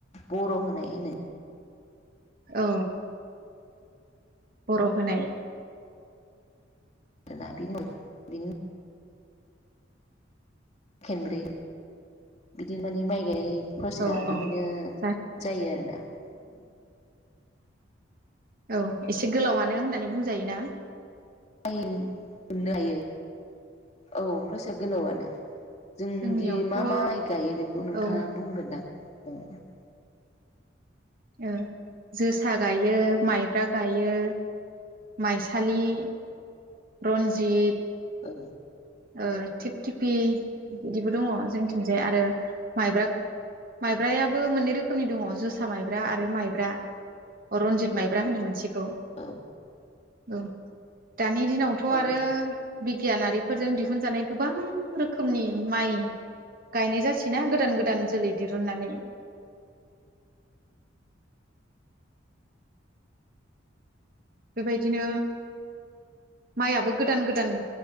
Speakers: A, on the left (about 35°); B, on the right (about 50°).
A: बर' होनाय होनो।
B: औ बर' होनाय
A: <unintelligible> खेनब्रै बिदिनो माने माइ गायनाय फसिया
B: औ
A: बिदिनो
B: औ जा
A: जायो आरोना उ
B: औ एसे गोलावानो होननानै बुंजायो ना।
A: यो मोननो हायो औ प्रसाया गोलावानो जोंदि
B: जोंनियावथ'
A: मा
B: औ
A: मा आइ गायो बेखौ नोंथाङा
B: ओ
A: बुंगोनदां अ।
B: ओ जोसा गायो, माइब्रा गायो माइ <unintelligible> रन्जित
A: ओ।
B: ओ थिप थिफि बिदिबो दङ जोंनि थिंजाय आरो माइब्रा -माइब्रायाबो मोननै रोखोमनि दङ जोसा माइब्रा आरो माइब्रा रनजित माइब्रा होनो मोनसेखौ
A: औ।
B: औ <unintelligible> दानि दिनावथ'
A: औ
B: आरो बिगियानारिफोरजों दिहुनजानाय गोबां रोखोमनि माइ गायनाय जासैना गोदान- गोदान जोलै दिरुननानै बेबायदिनो माइयाबो गोदान -गोदान